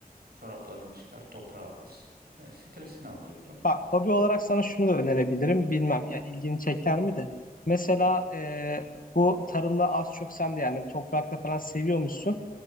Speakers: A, on the right; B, on the left.
A: çoraplarını çıkar toprağa bas. E, stresini alıyordu.
B: Bak hobi olarak sana şunu da önerebilirim. Bilmem ya ilgini çeker mi de. Mesela e, bu tarımla az çok sen de yani toprakta falan seviyormuşsun.